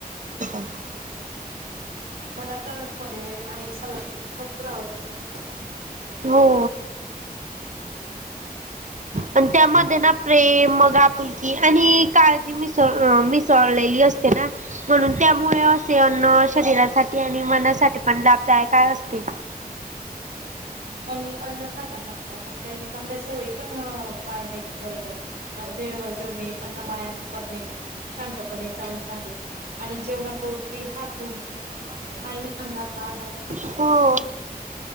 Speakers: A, on the right; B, on the right.
A: <unintelligible>
B: मला तर फडे आणि सलागिरी भरपूर आवडतात.
A: हो आणि त्यामध्ये ना प्रेम मग आपुलकी आणि काळजी मिसळ-मिसळलेली अस ते ना म्हणून त्यामुळे असे अन्न शरीरासाठी आणि मनासाठी पण लाभदायक असतील.
B: आणि अन्न खाताना म्हणजे आपण काही चांगल्या सवयी पण पाळण्याची गरज आहे. अवघे वर जेवणे, अन्न वाया न करणे. शांतपणे चाऊन खाणे आणि जेवणापूर्वी हात धुणे हा अन्नाचा आदक
A: हो